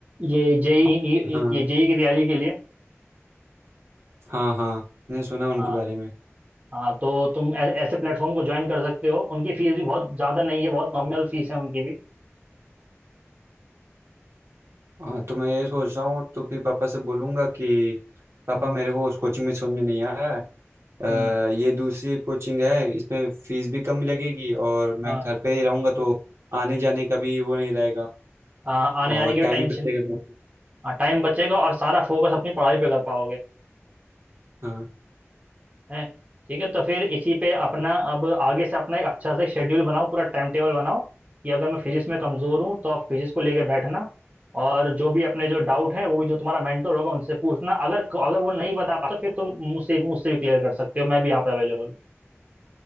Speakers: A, on the right; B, on the right.
A: ये जेई
B: हाँ
A: ये जेई की तैयारी के लिए
B: हाँ हाँ मैंने सुना उनके
A: हाँ
B: बारे में
A: हाँ तो तुम ऐ- ऐसे प्लेटफॉर्म को ज्वाइन कर सकते हो उनकी फीस भी बहुत ज़्यादा नहीं है बहुत नॉमिनल फीस है उनकी भी
B: हाँ तो मैं ये सोच रहा हूँ तो फिर पापा से बोलूँगा कि पापा
A: हम्म
B: मेरे को उस कोचिंग में समझ में नहीं आ रहा है अ,
A: हम्म
B: ये दूसरी कोचिंग है इसमें फीस भी कम लगेगी और
A: हाँ।
B: मैं घर पे ही रहूँगा तो आने जाने का भी वो नहीं रहेगा
A: हाँ, आने
B: और
A: जाने की भी
B: टाइम
A: टेंशन
B: भी बचेगा मेरे को।
A: हाँ टाइम बचेगा और सारा फोकस अपनी पढ़ाई पे कर पाओगे
B: हाँ
A: हैं ठीक है तो फिर इसी पे अपना अब आगे से अपना एक अच्छा से शेड्यूल बनाओ पूरा टाइम टेबल बनाओ कि अगर मैं फिजिक्स में कमज़ोर हूँ तो आप फिजिक्स को लेके बैठना और जो भी अपने जो डाउट है वो भी जो तुम्हारा मेंटर होगा उनसे पूछना अगर अगर वो नहीं बता पाता तो फिर तुम मुझसे मुझसे भी क्लियर कर सकते हो मैं भी यहाँ पे अवेलेबल हूँ